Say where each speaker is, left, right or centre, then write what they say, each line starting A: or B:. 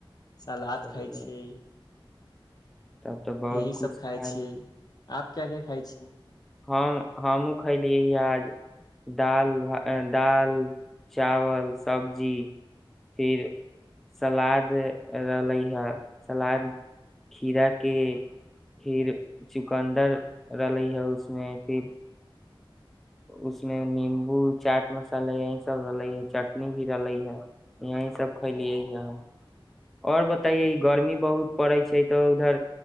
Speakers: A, on the left; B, in the centre.
A: सलाद
B: चल
A: खाइ छियै
B: तब तऽ बहुत
A: यही सब
B: कुछ
A: खाइ
B: खाय
A: छियै
B: लै
A: आप क्या क्या खाइ छी
B: हम हमहुँ खैलियै आज दाल दाल चावल सब्जी फिर सलाद रहले हे सलाद खीरा के फिर च दुकन्दर रहलै है उसमे फिर उसमे निम्बू चाट मसाला यही सब रहलै ह चटनी भी रहलै है यही सब खैलियै हे आओर बताैयए गर्मी बहुत पड़ै छै तऽ उधर